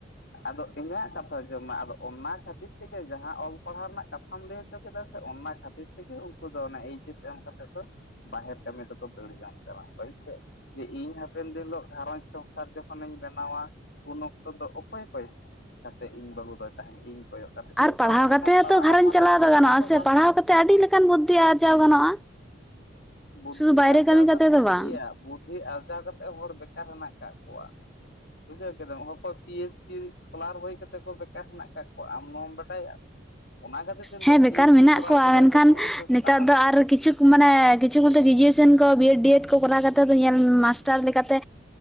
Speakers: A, on the left (about 60°); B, in the centre.
A: ᱟᱫᱚ ᱤᱧᱟᱹᱜ ᱠᱟᱛᱷᱟ ᱡᱚᱢᱟ ᱟᱫᱚ ᱚᱱᱟ ᱠᱷᱟᱹᱛᱤᱨ ᱛᱮᱜᱮ ᱡ ᱨᱮᱱᱟᱜ ᱠᱟᱛᱷᱟᱢ ᱞᱟᱹᱭ ᱦᱚᱪᱚ ᱠᱮᱫᱟ ᱥᱮ ᱚᱱᱟ ᱠᱷᱟᱹᱛᱤᱨ ᱛᱮᱜᱮ ᱩᱱᱠᱩ ᱫᱚ ᱚᱱᱮ ᱮᱭ ᱤᱥ ᱮᱢ ᱠᱟᱛᱮ ᱫᱚ ᱵᱟᱦᱮᱨ ᱠᱟᱹᱢᱤ ᱫᱚᱠᱚ ᱫᱟᱹᱲ ᱡᱚᱝ ᱠᱟᱱᱟ ᱦᱳᱭᱥ ᱡᱮ ᱤᱧ ᱦᱟᱯᱮᱱ ᱫᱤᱱ ᱦᱤᱞᱳᱜ ᱜᱷᱟᱨᱚᱸᱡᱽ ᱥᱚᱝᱥᱟᱨ ᱡᱚᱠᱷᱚᱱᱤᱧ ᱵᱮᱱᱟᱣᱟ ᱩᱱ ᱚᱠᱛᱚ ᱫᱚ ᱚᱠᱚᱠᱚᱭ ᱠᱟᱛᱮ ᱤᱧ ᱵᱟᱹᱦᱩ ᱫᱚ ᱛᱟᱦᱮᱱ ᱤᱧ ᱠᱚᱭᱚᱜ ᱠᱟᱛᱮ ᱤᱧ
B: ᱟᱨ
A: ᱯᱟᱲᱦᱟᱣ ᱞᱮᱠᱟᱧ
B: ᱠᱟᱛᱮ ᱦᱚᱸᱛᱚ
A: ᱯᱟᱲᱦᱟᱜᱼᱟ
B: ᱜᱷᱟᱨᱚᱸᱡᱽ
A: ᱢᱟᱱᱮ
B: ᱪᱟᱞᱟᱣ
A: ᱱᱚᱝᱠᱟ
B: ᱜᱟᱱᱚᱜᱼᱟ
A: ᱫᱚ
B: ᱥᱮ
A: ᱵᱟᱝ
B: ᱯᱟᱲᱦᱟᱣ ᱠᱟᱛᱮ ᱟᱹᱰᱤ ᱞᱮᱠᱟᱱ ᱵᱩᱫᱽᱫᱷᱤ ᱟᱨᱡᱟᱣ ᱜᱟᱱᱚᱜᱼᱟ
A: ᱵᱩᱫᱽᱫᱷᱤ
B: ᱥᱩᱫᱷᱩ ᱵᱟᱭᱨᱮ
A: ᱟᱨᱡᱟᱣ
B: ᱠᱟᱹᱢᱤ
A: ᱫᱚ
B: ᱠᱟᱛᱮ
A: ᱴᱷᱤᱠ
B: ᱵᱟᱝ
A: ᱜᱮᱭᱟ ᱵᱩᱫᱽᱫᱷᱤ ᱟᱨᱡᱟᱣ ᱠᱟᱛᱮ ᱦᱚᱲ ᱵᱮᱠᱟᱨ ᱦᱮᱱᱟᱜ ᱟᱠᱟᱫ ᱠᱚᱣᱟ ᱵᱩᱡᱷᱟᱹᱣ ᱠᱮᱫᱟᱢ ᱦᱚᱠᱚᱭ ᱯᱤᱭ ᱪᱤ ᱥᱠᱚᱞᱟᱨ ᱦᱩᱭ ᱠᱟ ᱠᱟᱛᱮᱮᱫ ᱠᱚ ᱵᱮᱠᱟᱨ ᱦᱮᱱᱟᱜ ᱠᱫ ᱠᱚᱣᱟ ᱟᱢ ᱱᱚᱣᱟᱚᱢ ᱵᱟᱰᱟᱭᱟ ᱚᱱᱟ ᱠᱷᱟᱹᱛᱤᱨ
B: ᱦᱮᱸ
A: ᱛᱮ ᱯᱤ
B: ᱵᱮᱠᱟᱨ
A: ᱮᱭᱤᱪ
B: ᱢᱮᱱᱟᱜ
A: ᱰᱤ ᱠᱚᱨᱟᱣ
B: ᱠᱚᱣᱟ
A: ᱠᱟᱫᱟᱭ
B: ᱢᱮᱱᱠᱷᱟᱱ
A: ᱡᱚᱠᱷᱚᱱ
B: ᱱᱮᱛᱟᱨ
A: ᱛᱟᱦᱚᱞᱮ
B: ᱫᱚ ᱟᱨ ᱠᱤᱪᱷᱩ ᱢᱟᱱᱮ ᱠᱤᱪᱷᱩᱛᱮ ᱜᱨᱮᱡᱩᱭᱮᱥᱚᱱ ᱠᱚ ᱵᱤᱭ ᱮᱰ ᱰᱤ ᱮᱰ ᱠᱚᱨᱟᱣ ᱠᱟᱛᱮᱮᱫ ᱫᱚ ᱧᱮᱞ ᱢᱟᱥᱴᱟᱨ ᱞᱮᱠᱟᱛᱮ